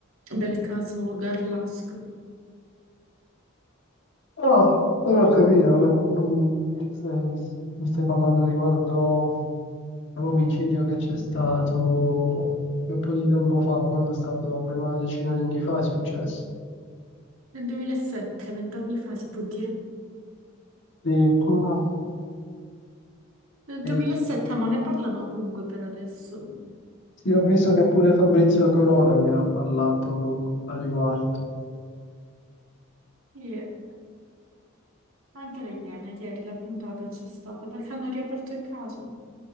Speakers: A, on the right; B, on the left.
A: del caso Garlasco.
B: Ah, ora ho capito, eh, mm, stai- mi stai parlando riguardo l'omicidio che c'è stato un po' di tempo fa, quando è stato almeno una decina di anni fa, è successo.
A: Nel 2007, vent'anni fa si può dire.
B: Addirittura,
A: Nel
B: eh,
A: 2007, ma ne parlano ovunque per adesso.
B: sì, ho visto che pure Fabrizio Corona ne ha parlato a riguardo,
A: Sì, eh, anche le Iene, ieri la puntata c'è stata perché hanno riaperto il caso.